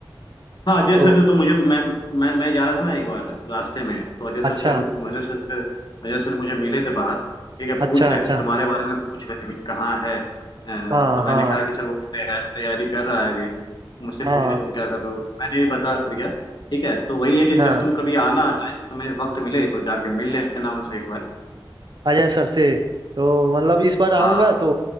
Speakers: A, on the left (about 55°); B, on the right (about 55°).
A: हाँ अजय
B: तो
A: सर से तो मुझे मैं मैं मैं जा रहा था ना एक बार रास्ते में तो अजय सर
B: अच्छा
A: से मु- मुझे सर से अजय सर मुझे मिले थे बाहर ठीक है
B: अच्छा
A: पूछ रहे
B: अच्छा
A: थे तुम्हारे बारे में पूछ रहे थे कि कहाँ है अ,
B: हाँ
A: तो मैंने
B: हाँ
A: कहा कि सर वो भी तैयार तैयारी कर रहा है अभी मुझसे
B: हाँ
A: पूछ रहे तुम क्या कर रहे हो मैंने भी बता दिया ठीक है तो वही है कि
B: हाँ
A: जब तुम कभी आना टाइम तुम्हें वक्त मिले तो जाके मिल लेना उनसे एक बार
B: अजय सर से तो मतलब इस बार आऊंगा
A: हाँ
B: तो